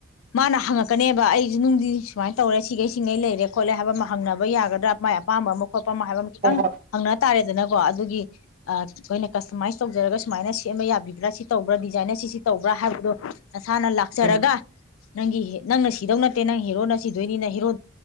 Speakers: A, on the left; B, on the right.
A: ꯃꯥꯅ ꯍꯪꯉꯛꯀꯅꯦꯕ ꯑꯩꯖꯨ ꯅꯨꯡꯗꯤ ꯁꯨꯃꯥꯏꯅ ꯇꯧꯔꯦ ꯁꯤꯒꯩ ꯁꯤꯡꯉꯩ ꯂꯩꯔꯦ ꯈꯣꯠꯂꯦ ꯍꯥꯏꯕ ꯑꯃ ꯍꯪꯅꯕ ꯌꯥꯒꯗ꯭ꯔꯥ ꯃꯥꯏ ꯑꯄꯥꯝꯕ ꯑꯃ ꯈꯣꯠ ꯄꯃ ꯍꯥꯏꯕ ꯑꯃ ꯈꯤꯇꯪ
B: ꯍꯣꯏ ꯍꯣꯏ
A: ꯍꯪꯅ ꯇꯥꯔꯦ ꯖꯅꯕ ꯀꯣ ꯑꯗꯨꯒꯤ ꯑ ꯀꯣꯏꯅ ꯀꯁꯇꯃꯥꯏꯁ ꯇꯧꯖꯔꯒ ꯁꯨꯃꯥꯏꯅ ꯁꯦꯝꯕ ꯌꯥꯕꯤꯕ꯭ꯔꯥ ꯁꯤ ꯇꯧꯕ꯭ꯔꯥ ꯗꯤꯖꯥꯏꯟꯅ ꯁꯤꯁꯤ ꯇꯧꯕ꯭ꯔꯥ ꯍꯥꯏꯕꯗꯣ ꯅꯁꯥꯅ ꯂꯥꯛꯆꯔꯒ
B: ꯎꯝ
A: ꯅꯪꯒꯤ ꯍꯦ ꯅꯪꯅ ꯁꯤꯗꯧ ꯅꯠꯇꯦ ꯅꯪ ꯍꯦꯔꯣꯅ ꯁꯤꯗꯣꯏꯅꯤꯅ ꯍꯤꯔꯣ